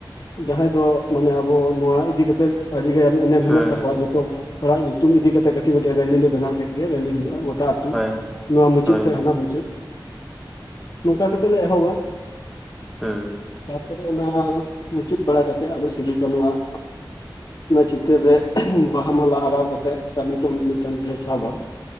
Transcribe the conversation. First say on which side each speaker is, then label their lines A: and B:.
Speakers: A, on the left; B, in the centre.
A: ᱡᱟᱦᱟᱸᱭ ᱫᱚ ᱢᱟᱱᱮ ᱟᱵᱚ ᱱᱚᱣᱟ ᱤᱫᱤ ᱠᱟᱛᱮᱫ ᱟᱹᱰᱤᱜᱟᱱ ᱮᱱᱢ
B: ᱦᱩᱸ
A: ᱦᱮᱱᱟᱜ ᱛᱟᱠᱚᱣᱟ ᱡᱚᱛᱚ ᱦᱚᱲᱟᱜ ᱧᱩᱛᱩᱢ ᱤᱫᱤ ᱠᱟᱛᱮᱜ ᱠᱟᱹᱴᱤᱡ ᱢᱤᱫᱴᱮᱡ ᱨᱮᱞᱤᱤ ᱞᱮ ᱵᱮᱱᱟᱣ ᱠᱮᱫᱜ ᱜᱮ ᱨᱮᱹᱤ ᱦᱩᱭᱩᱜᱼᱟ ᱜᱚᱴ ᱴᱟᱜ ᱟᱹᱛᱩ
B: ᱦᱳᱭ
A: ᱱᱚᱣᱟ ᱢᱩᱪᱟᱹᱫ
B: ᱦᱳᱭ
A: ᱠᱷᱡ ᱦᱟᱱᱟ ᱢᱩᱪᱟᱹᱫ ᱱᱚᱝᱠᱟ ᱠᱟᱛᱮᱫ ᱞᱮ ᱮᱦᱚᱵᱟ᱾
B: ᱦᱮᱸ᱾
A: ᱛᱟᱯᱚᱨᱮ ᱚᱱᱟ ᱢᱩᱪᱟᱹᱫ ᱵᱟᱲᱟ ᱠᱟᱛᱮᱫ ᱟᱫᱚ ᱥᱤᱫᱩ ᱠᱟ. ᱱᱩᱣᱟᱜ ᱚᱱᱟ ᱪᱤᱛᱟᱹᱨ ᱨᱮ ᱵᱟᱦᱟ ᱢᱟᱞᱟ ᱟᱨᱟᱣ ᱠᱟᱛᱮᱫ, ᱠᱟᱹᱢᱤ ᱠᱚ ᱢᱤᱼᱢᱤᱫᱴᱟᱝ ᱛᱮᱞᱮ ᱥᱟᱵᱟ᱾